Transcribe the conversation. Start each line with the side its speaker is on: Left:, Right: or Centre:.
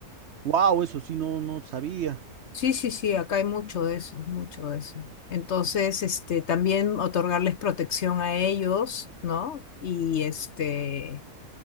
Right: Wow, eso sí no, no sabía.
Left: Sí, sí, sí, acá hay mucho de eso, mucho de eso. Entonces, este, también otorgarles protección a ellos, ¿no? Y este,